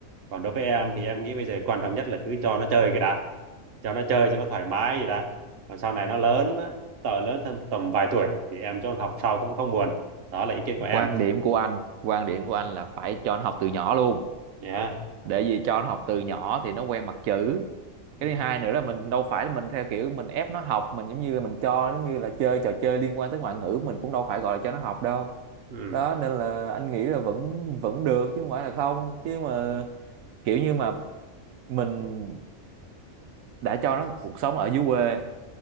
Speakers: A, on the right; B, on the right.
A: còn đối với em thì em nghĩ bây giờ quan trọng nhất là cứ cho nó chơi cái đã cho nó chơi cho nó thoải mái gì đã còn sau này nó lớn tờ lớn thêm tầm vài tuổi thì em cho con học sau cũng không buồn đó là ý kiến của em
B: quan điểm của anh quan điểm
A: ừ.
B: của anh là phải cho nó học từ nhỏ luôn
A: nhá
B: để vì cho nó học từ nhỏ thì nó quen mặt chữ
A: ừ.
B: cái thứ hai nữa là mình đâu phải là mình theo kiểu mình ép nó học mình giống như là mình cho giống như là chơi trò chơi liên quan tới ngoại ngữ mình cũng đâu phải gọi là cho nó học đâu
A: Ừ.
B: đó nên là anh nghĩ là vẫn vẫn được chứ không phải là không chứ mà kiểu như mà mình đã cho nó cuộc sống ở dưới quê